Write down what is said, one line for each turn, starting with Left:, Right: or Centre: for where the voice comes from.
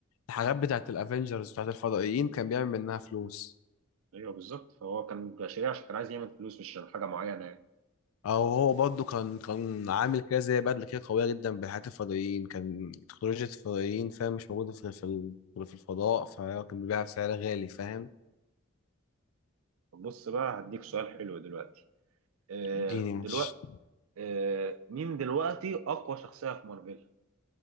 Left: الحاجات بتاعة الأفينجرز بتاعة الفضائيين كان بيعمل منها فلوس
Right: ايوه بالظبط فهو كان شريع عشان كان عايز يعمل فلوس مش عشان حاجه معينه يعني
Left: أو هو برضه كان كان عامل كده زي بدلة كده قوية جدا بحاجات الفضائيين كان تكنولوجيا الفضائيين فاهم مش موجودة في في ال- غير في الفضاء فهو كان بيبيعها بسعر غالي فاهم
Right: طب بص بقى هديك سؤال حلو دلوقتي آه،
Left: ديني
Right: دلوقتي
Left: مش
Right: آه، مين دلوقتي اقوى شخصيه في مارفل